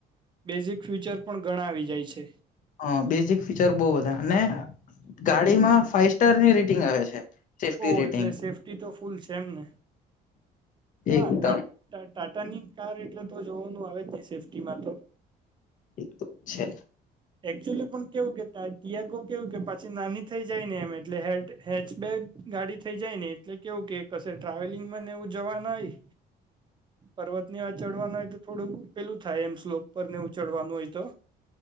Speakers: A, on the right; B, on the left.
A: બેઝિક ફ્યુચર પણ ઘણા આવી જાય છે
B: હ બેઝિક ફીચર બહ બધા અને ગાડીમાં ફાઈવ સ્ટારની રેટિંગ આવે છે સેફ્ટી
A: ઓહ
B: રેટિંગ
A: એટલે સેફ્ટી તો ફૂલ છે એમને હા
B: એકદમ
A: ટા ટાટા ની કાર એટલે તો જોવાનું આવે જ નહી સેફ્ટીમાં તો
B: <inaudible> છે
A: એકચુલી પણ કેવું કે ટિયાગો કેવું કે પાછી નાની થઈ જાય ને એમ એટલે હેટ હેચબેગ ગાડી થઈ જાય ને એટલે કેવું કે કશે ટ્રાવેલિંગમાં ને એવું જવા ના આઈ પર્વત ની વા ચડવાનું હોય તો થોડું પેલું થાય એમ સ્લોપ પર નેવું ચડવાનું હોય તો